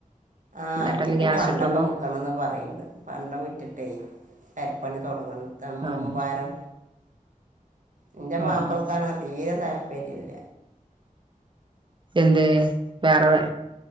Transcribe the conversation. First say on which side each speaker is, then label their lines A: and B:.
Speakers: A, on the right (about 65°); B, on the right (about 35°).
A: ആഅ
B: എന്നിട്ടല്ലേ
A: പിന്നെ
B: ഗ്യാസ്
A: പണ്ടൊക്കെ
B: കിട്ടുള്ളൂ
A: വിക്കണന്ന് പറയണ്ട് പണ്ട വിട്ടിട്ടേ പണി തുടങ്ങണം മുമ്പാരം
B: ആഹ്
A: എന്റെ മാപ്പിൾക്കാണെങ്കെ
B: ആഹ് ആഹ്
A: തീരെ താല്പര്യം ഇല്ല
B: എന്ത് വേറെ വേ